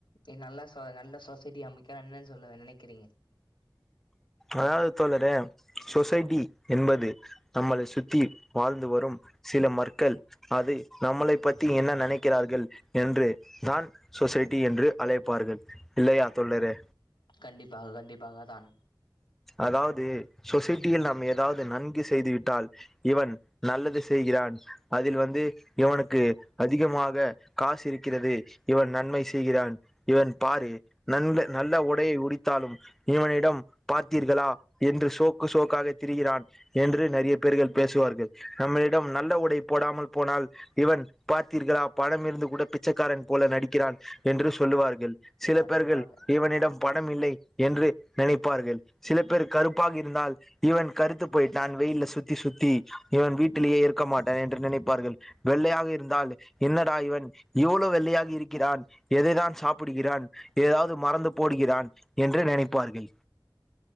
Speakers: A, on the left; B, in the centre.
A: என் நல்ல சொ நல்ல சொ சைட்டி அமைக்க என்னன் சொல்ல நினைக்கிறிங்க
B: அதாவது தோழரே சொசைட்டி என்பது நம்மளை சுத்தி வாழ்ந்து வரும் சில மர்க்கள் அது நம்மளை பத்தி என்ன நனைக்கிறார்கள் என்று நான் சொசைட்டி என்று அழைப்பார்கள் இல்லையா தோழரே
A: கண்டிப்பாக கண்டிப்பாக தான்
B: அதாவ்து சொசைட்டியில் நாம் எதாவ்து நன்கு செய்து விட்டால் இவன் நல்லது செய்கிறான் அதில் வந்து இவனுக்கு அதிகமாக காசு இருக்கிறது இவன் நன்மை செய்கிறான் இவன் பாரு நல்ல நல்ல உடையை உடித்தாலும் இவனிடம் பார்த்தீர்களா என்று சோக்கு சோக்காக திரிகிறான் என்று நறிய பேர்கள் பேசுவார்கள் நம்மளிடம் நல்ல உடை போடாமல் போனால் இவன் பார்த்தீர்களா பணம் இருந்து கூட பிச்சைக்காரன் போல நடிக்கிறான் என்று சொல்லுவார்கள் சில
A: கண்டிப்பாக
B: பேர்கள் இவனிடம் ப ணம் இல்லை என்று நினைப்பார்கள் சில பேர் கருப்பாக இருந்தால் இவன் கருத்து போயிட்டான் வெயில்ல சுத்தி சுத்தி இவன் வீட்டுலெயே இருக்க மாட்டான் என்று நினைப்பார்கள் வெள்ளையாக இருந்தால் என்னடா இவன் இவ்வளொ வெள்ளையாக இருக்கிறான் எதைதான் சாப்பிடுகிறான் எதாவ்து மரந்து போடுகிறான் என்று நினைப்பார்கள்